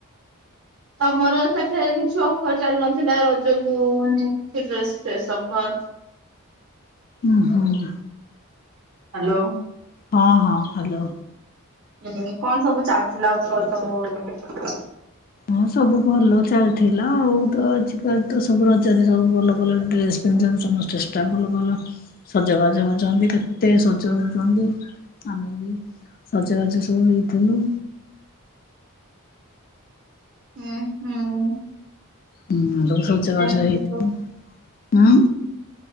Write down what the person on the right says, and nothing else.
ତମର ସେଠାରେ କିଛି ଅଫର ଚାଲୁନଥିଲା ରଜକୁ ମାନେ ଡ୍ରେସ ଫ୍ରେସ ଅଫର
ହ୍ୟାଲୋ।
ହୁଁ କଣ ସବୁ ଚାଲିଥିଲା ଅଫର ସବୁ
ଉଁ ହୁଁ।
ଏମିତି
ସବୁ